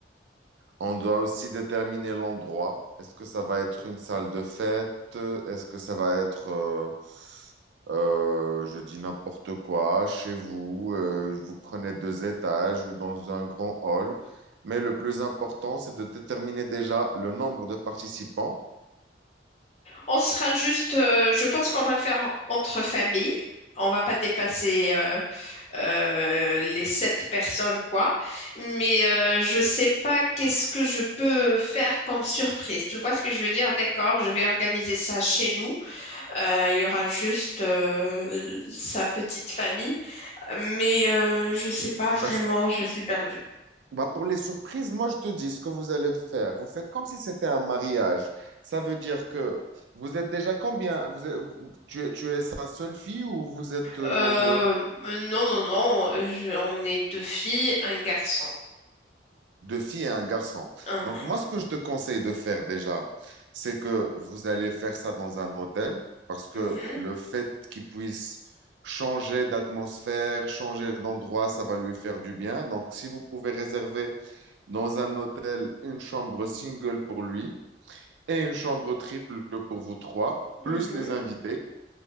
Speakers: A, on the right; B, on the left.
A: On doit aussi déterminer l'endroit. Est-ce que ça va être une salle de fête? Est-ce que ça va être, euh, euh, je dis n'importe quoi, chez vous? euh, vous prenez deux étages ou dans un grand hall. Mais le plus important, c'est de déterminer déjà le nombre de participants.
B: On sera juste, euh, je pense qu'on va le faire entre familles. On va pas dépasser euh, euh, les sept personnes, quoi. Mais euh, je sais pas qu'est-ce que je peux faire comme surprise. Tu vois ce que je veux dire? D'accord, je vais organiser ça chez nous. Euh, Il y aura juste euh, sa petite famille. Mais euh, je sais pas vraiment,
A: Bah,
B: je suis perdue.
A: Bah pour les surprises, moi je te dis ce que vous allez faire. Vous faites comme si c'était un mariage. Ça veut dire que vous êtes déjà combien? Vous êtes- vous- tu es, tu es sa seule fille ou vous êtes euh,
B: Euh,
A: nombreux?
B: non, non, non, je- on est deux filles, un garçon.
A: Deux filles et un garçon.
B: Mhm.
A: Donc moi ce que je te conseille de faire déjà, c'est que vous allez faire ça dans un hôtel parce que
B: Mhm.
A: le fait qu'il puisse changer d'atmosphère, changer d'endroit, ça va lui faire du bien. Donc si vous pouvez réserver dans un hôtel une chambre single pour lui. et une chambre triple pour vous trois,
B: Mhm.
A: plus les invités.